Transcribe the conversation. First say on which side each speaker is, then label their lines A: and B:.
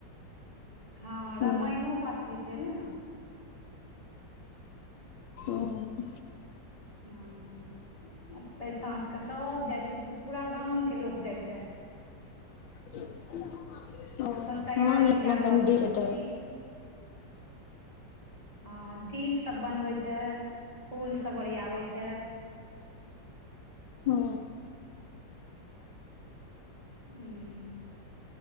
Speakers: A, on the left; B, on the left.
A: हँ रामायणो
B: ओ
A: पाठ होइ छै ने
B: हँ
A: हँ ओते साँझ क सब जाय छै पूरा गामं के लोक जाय छै।
B: <unintelligible>
A: अखन तैयारी
B: हँ लगमे
A: कए रहल
B: मन्दिर
A: छौ
B: छै तऽ
A: दी हँ दीप सब बनवे छै फूल सब ओरियाबै छै,
B: ओ
A: उ